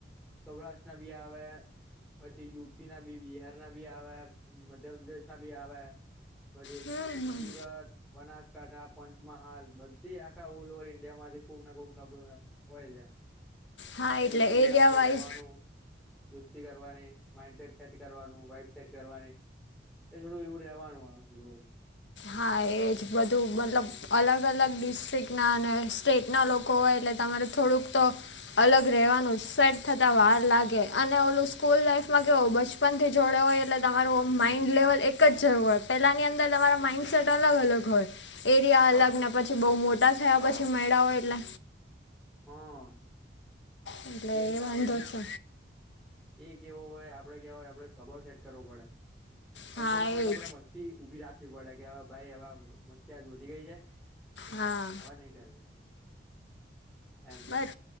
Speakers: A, in the centre; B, on the left (about 80°).
A: સૌરાષ્ટ્ર ના બી આવે પછી યુપી ના બી બિહાર ના બી આવે રધર ના ભી આવા પછી
B: હમ
A: સુરત બનાસકાંઠા પંચમહાલ બધી આખા ઓલ ઓવર ઇન્ડિયા માંથી ખુક ના <unintelligible> હોય છે
B: હા
A: અને
B: એટલે
A: લોકો જોડે
B: એરિયા
A: આપડે રેવાનું
B: વાઇઝ
A: દુસ્તી કરવાની માઇન્ડસેટ સેટ કરવાનું વાઇબ સેટ કરવાની એ થોડું એવું રહેવાનું આવુ જો
B: હા એજ બધું મતલબ અલગ અલગ ડિસ્ટ્રિક્ટના અને સ્ટેટના લોકો હોય એટલે તમારે થોડુંક તો અલગ રહેવાનું સેટ થતા વાર લાગે અને ઓલું સ્કૂલ લાઈફમાં કેવ બછ બચપનથી જોડે હોય એટલે તમારું માઈન્ડ લેવલ એક જ હોય પહેલાની અંદર તમારા માઈન્ડસેટ અલગ અલગ હોય એરિયા અલગ ને પછી બહુ મોટા થયા પછી માઈડા હોય એટલે
A: હા
B: એટલે
A: એજ
B: એ
A: ના
B: વોન્ડો
A: હવે જે
B: છે
A: એ કેવો હોય આપડે કેવા હોય આપડે સ્વભાવ સેટ કરવો પડે અને
B: હા
A: પેહલા માં
B: એ
A: તો આપડે
B: જ
A: મસ્ત મસ્તી ઉભી રાખવી પડે કે હવે ભાઈ હવા મસ્તી આજ વધી ગઈ છે
B: હા
A: હવે નહી કરવી એમ
B: બસ